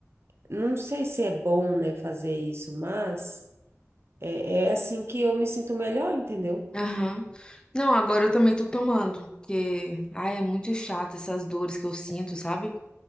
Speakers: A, on the right; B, on the left.
A: não sei se é bom, né, fazer isso, mas é, é assim que eu me sinto melhor, entendeu?
B: Aham. Não, agora eu também tô tomando, porque, ai, é muito chato essas dores que eu sinto, sabe?